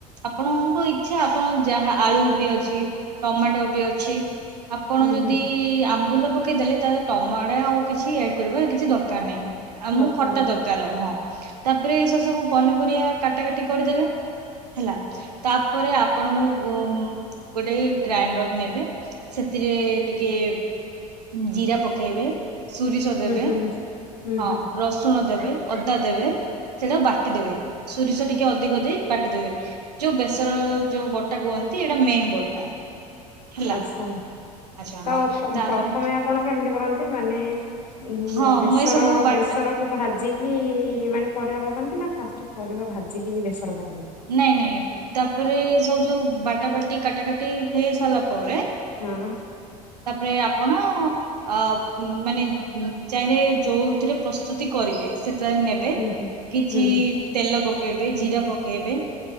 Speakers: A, on the right; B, on the left.
A: ଆପଣଙ୍କ ଇଛା ଆପଣ ଯାହା ଆଳୁ ବି ଅଛି। ଟମାଟୋ ବି ଅଛି। ଆପଣ
B: ହୁଁ
A: ଯଦି
B: ହୁଁ ହୁଁ
A: ଆମ୍ବୁଲ ପକେଇଦେଲେ ତାହେଲେ ଟମାଟା ଆଉ କିଛି ଆଡ କରିବା କିଛି ଦରକାର ନାହିଁ। ଆଉମକୁ
B: ଦରକାର
A: ଖଟା
B: ହୁଁ
A: ଦରକାର ହଁ ତାପରେ ଏ ସେ ସବୁ ପନିପରିବା କାଟା କାଟି କରିଦେବେ। ହେଲା ତା ପରେ ଆପଣଙ୍କୁ ଗୋ ଉଁ ଗୋଟେ ଗ୍ରାଇଣ୍ଡର ନେବେ ସେଥିରେ ଟିକେ ହୁଁ ଜିରା ପକେଇବେ ସୁରିଷ ଦେବେ
B: ହୁଁ ହୁଁ
A: ହଁ
B: ହୁଁ
A: ରସ୍ ସୁଣ ଦେବେ ଅଦା ଦେବେ ସେଇଟାକୁ ବାଟିଦବେ ସୁରିଷ ଟିକେ ଅଧିକ ଦେଇ ବାଟିଦେବେ। ଯୋଉ ବେସର ଯୋଉ ବଟା କୁହନ୍ତି ଏଇଟା ମେନ୍ ବଟା। ହେଲା
B: ଆଛା
A: ଆଚ୍ଛା
B: ତ
A: ହଁ
B: ପ୍ର
A: ତାପରେ
B: ଉଁ ପ୍ରଥମେ ଆପଣ କେମିତି କରନ୍ତି ମାନେ ଉଁ <unintelligible>
A: ହଁ
B: ବେସର
A: ମୁଁ ଏ ସବୁ ବାଟ
B: ବେସର କୁ ଭାଜିକି ମାନେ ପରିବା ପକାନ୍ତି ନା ଫାଷ୍ଟ ପରିବା ଭାଜିକି ବେସର ପକାନ୍
A: ନାଇଁ ନାଇଁ ତାପରେ ସବୁ ଯୋଉ ବାଟା ବାଟି କାଟା କାଟି ହେଇ ସାରିଲା ପରେ
B: ହଁ।
A: ତାପ୍ରେ ଆପଣ ଅ ଉଁ ମାନେ ଉଁ ଚାହିଁରେ ଯୋଉଥିରେ ପ୍ରସ୍ତୁତି କରିବେ ସେଟା ନେ ବେ
B: ହୁଁ ହୁଁ
A: କିଛି
B: ହୁଁ ହୁଁ
A: ତେଲ ପକେଇବେ ଜିରା ପକେଇବେ।